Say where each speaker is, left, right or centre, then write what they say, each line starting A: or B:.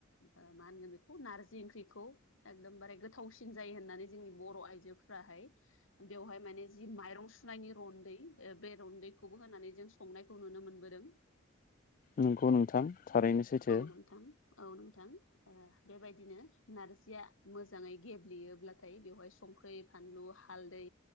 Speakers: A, on the left (about 75°); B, on the left (about 45°).
A: ओ मा होनगोन बेखौ नारजि ओंख्रिखौ एकदमबारे गोथावसिन जायो होननानै जोंनि बर' आइजोफ्राहाय बेवहाय माने जि माइरं सुनायनि रन्दै बे रन्दैखौबो होनानै जों संनायखौ नुनो मोनबोदों
B: नंगौ नोंथां थारैनो सैथो
A: औ नोंथां औ नोंथां ओ बेबायदिनो नारजिया मोजाङै गेब्लेयोब्लाथाय बेवहाय संख्रै फानलु हालदै